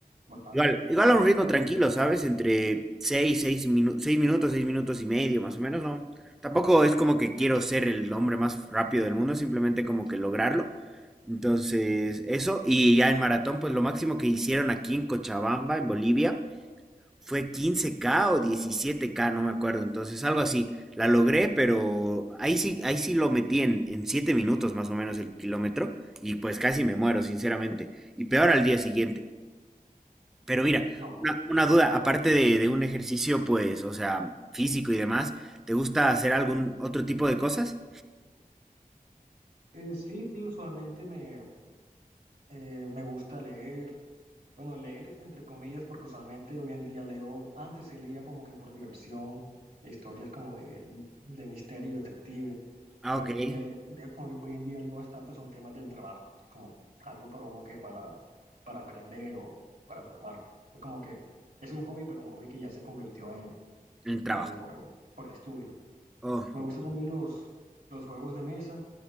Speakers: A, on the right; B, in the centre.
A: Bastante.
B: Igual, igual a un ritmo tranquilo, ¿sabes? Entre seis 6 minutos, 6 minutos, 6 minutos y medio, más o menos, ¿no? Tampoco es como que quiero ser el hombre más rápido del mundo, simplemente como que lograrlo. Entonces, eso. Y ya en maratón, pues lo máximo que hicieron aquí en Cochabamba, en Bolivia, fue 15K o 17K, no me acuerdo. Entonces, algo así. La logré, pero ahí sí, ahí sí lo metí en, en 7 minutos más o menos el kilómetro. Y pues casi me muero, sinceramente. Y peor al día siguiente. Pero mira,
A: No.
B: una, una duda, aparte de, de un ejercicio, pues, o sea, físico y demás, ¿te gusta hacer algún otro tipo de cosas?
A: Eh, sí, sí, usualmente me, eh, me gusta leer. Bueno, leer entre comillas, porque usualmente hoy en día leo, antes se leía como que por diversión, historias como de, de misterio, detective,
B: Ah,
A: pero
B: ok, en
A: hoy en día, le, le- hoy, hoy en día leo bastante son temas del trabajo, entonces como algo para como que para, para aprender o para formarme. Es como que es un hobby, pero un hobby que ya se convirtió en,
B: el trabajo.
A: en por, por estudio.
B: Oh,
A: Me
B: ok.
A: gustan también los, los juegos de mesa,